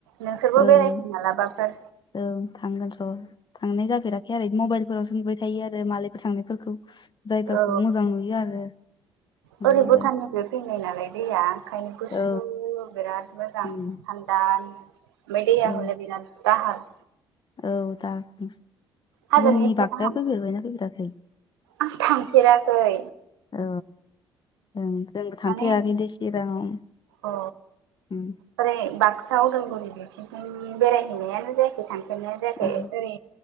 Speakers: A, on the right; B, on the left.
A: नोंसोरबो
B: ओं
A: बेरायफै मालाबाफोर
B: ओं थांगोन र'। थांनाय जाफेराखै आरो मबाइलफोरावसो नुबाय थायो आरो मालायफोर थांनायफोरखौ। जायगाखौ
A: औ
B: मोजां नुयो आरो नुनायालाय
A: ओरै भुटाननिफ्राय फैनाय नालाय। दैया ओंखायनो गुसु
B: औ
A: बिराद मोजां
B: उम
A: थान्दा नो। ओमाय दैया
B: औ
A: हले बिराद दाहार।
B: औ दार ओं।
A: हाजोनिफ्राय
B: जोंनि बाक्सायाव
A: आं
B: फैफेरबायना फैफेराखै?
A: आं थांफेराखै।
B: औ ओं जोंबो थांफेराखै
A: माने
B: दैे चिराङाव।
A: अ
B: उम
A: ओरै बाक्सा अदालगुरि बेरायहैनायानो जायाखै थांफेरनायानो जायाखै
B: औ
A: ओरै